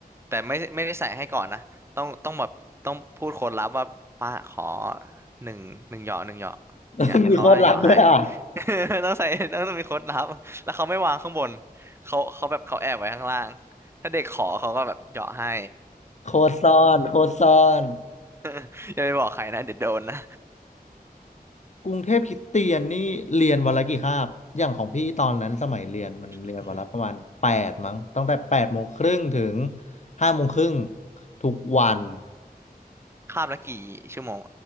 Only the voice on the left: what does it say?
<laughs>
มีโค้ดลับด้วยอ่ะ
โค้ดซ่อน โค้ดซ่อน
กรุงเทพคริสเตียนนี่เรียนวันละกี่คาบอย่างของพี่ตอนนั้นสมัยเรียนมันเรียนวันละประมาณแปดมั้งตั้งแต่แปดโมงครึ่งถึง
ห้าโมงครึ่งทุกวัน